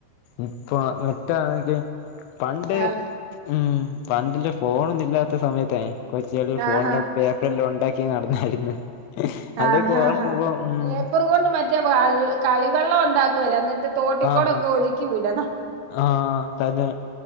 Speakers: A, on the left; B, on the right.
A: ഇപ്പ മറ്റാണെക്ക് പണ്ട്
B: ആഹ്
A: ഹ്മ്മ് പണ്ടില്ല ഫോണൊന്നും ഇല്ലാത്ത സമയത്തെ കൊച്ചികള് ഫോണിലക്കെ
B: ആഹ്
A: വല്ലോ ഉണ്ടാക്കി നടന്നായിരുന്നു
B: ആഹ്
A: അതൊക്കെ
B: ആഹ്
A: ഓർക്കുമ്പം
B: ആഹ്
A: ഹ്മ്മ്
B: <unintelligible> കൊണ്ട് മറ്റേ കളിവള്ളം ഉണ്ടാക്കുവല്ലോ എന്നിട്ട് തോട്ടിക്കോടൊക്കെ
A: ആഹ് ആഹ്
B: ഒഴുക്കി വിടണം
A: ആഹ് തന്നെ